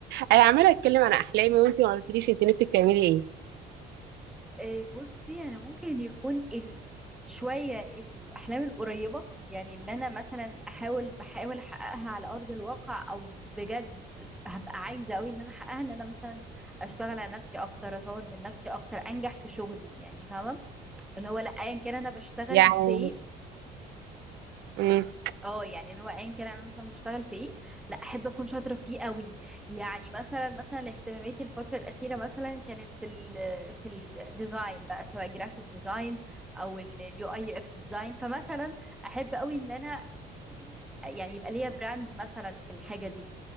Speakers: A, on the right; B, in the centre.
A: انا عماله اتكلم عن احلامي وانتي ما قلتليش انت نفسك تعملي ايه
B: آه، بصي انا ممكن يكون ال... شويه الاحلام القريبه يعني اللي انا مثلا احاول بحاول احققها على ارض الواقع او بجد هبقى عايزه قوي ان انا احققها ان انا مثلا اشتغل على نفسي اكتر اطور من نفسي اكتر انجح في شغلي يعني فاهمه اللي هو لا ايا كان انا بشتغل
A: يعني
B: فين
A: امم
B: اه يعني اللي هو ايا كان انا مثلا بشتغل في ايه لا احب اكون شاطره فيه قوي يعني مثلا مثلا اهتماماتي الفتره الاخيره مثلا كانت في ال في الديزاين بقى سواء جرافيك ديزاين او اليو اي يو اكس ديزاين فمثلا احب قوي ان انا آه، يعني يبقى ليا براند مثلا في الحاجه دي